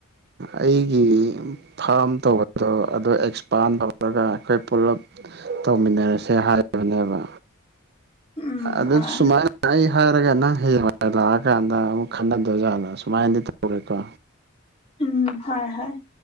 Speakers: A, on the right (about 50°); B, on the left (about 30°).
A: ꯑꯩꯒꯤ ꯐꯥꯝ ꯇꯧꯕꯗꯣ ꯑꯗꯨꯗ ꯑꯦꯛꯁꯄꯥꯟ ꯇꯧꯔꯒ ꯑꯩꯈꯣꯏ ꯄꯨꯂꯞ ꯇꯧꯃꯤꯟꯅꯔꯁꯦ ꯍꯥꯏꯔꯤꯕꯅꯦꯕ
B: <inaudible>
A: ꯑꯗꯨ
B: ꯍꯣꯏ
A: ꯁꯨꯃꯥꯏꯅ ꯑꯩ ꯍꯥꯏꯔꯒ ꯪ ꯍ ꯂꯥꯛꯑꯀꯥꯟꯗ ꯑꯃꯨꯛ ꯈꯟꯅꯗꯧꯖꯥꯠꯂꯣ ꯁꯨꯃꯥꯏꯅꯗꯤ ꯇꯧꯔꯦꯀꯣ
B: ꯎꯝ ꯍꯣꯏ ꯍꯣꯏ